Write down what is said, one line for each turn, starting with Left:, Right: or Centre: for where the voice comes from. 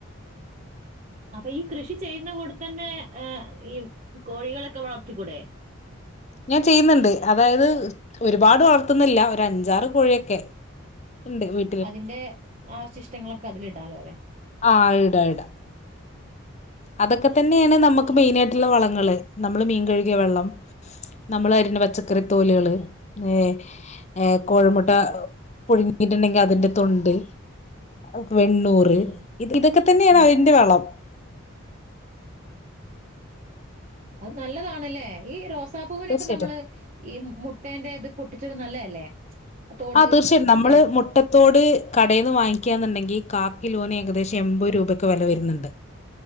Right: അപ്പൊ ഈ കൃഷി ചെയ്യുന്ന കൂടത്തെന്നെ എ ഈ കോഴികളൊക്കെ വളർത്തിക്കൂടെ
Left: ഞാൻ ചെയ്യ്ന്ന്ണ്ട് അതായത് ഒരുപാട് വളർത്തുന്നില്ല ഒരഞ്ചാറ് കോഴിയൊക്കെ ണ്ട് വീ
Right: അതിന്റെ അവശിഷ്ടങ്ങളൊക്കെ അതിലിടാലോലേ
Left: ആഹ് ഇടാ ഇടാ അതൊക്കെത്തെന്നെണ് നമ്മക്ക് മെയിനായിട്ടുള്ള വളങ്ങള് നമ്മള് മീൻ കെഴുകിയ വെള്ളം നമ്മളരിയ്ണ പച്ചക്കറി
Right: ഉം
Left: തോലാള് ഏ ഏഹ് കോഴിമുട്ട പുഴുങ്ങിട്ട്ണ്ടെങ്കി അതിന്റെ തൊണ്ട് അഹ് വെണ്ണൂറ്
Right: ഉം
Left: ഇത് ഇതൊക്കെ തന്നെയാണ്
Right: ഉം.
Left: അതിന്റെ വളം
Right: അത് നല്ലതാണ്ല്ലേ ഈ റോസാപ്പൂവിനൊക്കെ
Left: തീർച്ചയായിട്ടും
Right: നമ്മള് ഈ മുട്ടേന്റേത് പൊട്ടിച്ചിട്ന്നെ നല്ലതല്ലേ ആ തോട്
Left: ആഹ് തീർച്ചയായിട്ടും നമ്മള്
Right: ല്ലെ
Left: മുട്ട ത്തോട് കടേന്ന് വാങ്ങിക്കാന്നുണ്ടെങ്കി കാക്കിലോന് ഏകദേശം എമ്പത് രൂപൊക്കെ വെല വെരുന്നുണ്ട്